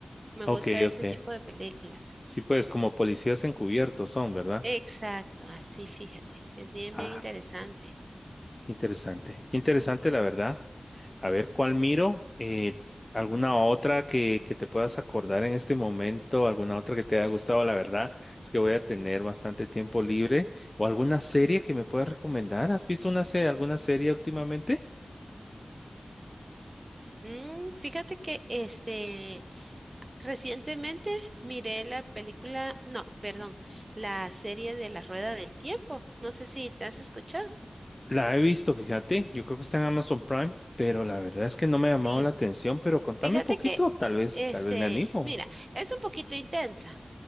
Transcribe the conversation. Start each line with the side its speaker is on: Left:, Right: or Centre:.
Right: me
Left: ok,
Right: gusta ese
Left: ok.
Right: tipo de películas.
Left: Sí, pues como policías encubiertos son, ¿verdad?
Right: Exacto, así fíjate, es bien,
Left: Ah,
Right: bien interesante.
Left: qué interesante. Qué interesante, la verdad. A ver, ¿cuál miro? Eh, ¿alguna otra que, que te puedas acordar en este momento? ¿Alguna otra que te haya gustado? La verdad es que voy a tener bastante tiempo libre. ¿O alguna serie que me puedas recomendar? ¿Has visto una serie, alguna serie últimamente?
Right: Mm, fíjate que este Recientemente miré la película, no, perdón, la serie de La Rueda del Tiempo. No sé si te has escuchado.
Left: La he visto, fíjate. Yo creo que está en Amazon Prime, pero la verdad es que no me ha
Right: Sí,
Left: llamado la atención. Pero contame
Right: fíjate
Left: un poquito,
Right: que,
Left: tal
Right: eh,
Left: vez,
Right: este,
Left: tal vez me animo.
Right: mira, es un poquito intensa,